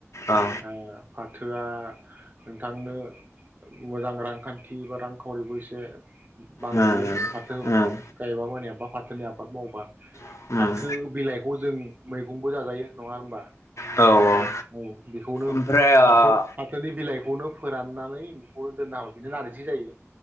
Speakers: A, on the left (about 75°); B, on the right (about 35°).
A: औ
B: ओ फाथो गो <unintelligible> जोआ <unintelligible> नोंथांनो मोजां रांखानथि बा रांखावरिबो एसे बांहोयो
A: उम
B: फाथो
A: उम
B: गायबा मानिया बा फाथोनि आबाद मावबा
A: उम उम
B: फाथो बिलाइखौ जों मैगंबो जाजायो नङा होमबा
A: औ औ
B: औ बेखौनो
A: ओमफ्राय ओ
B: फाथो फाथोनि बिलाइखौनो फोराननानै बेखौनो दोनना हर <unintelligible> बिनो नारजि जायो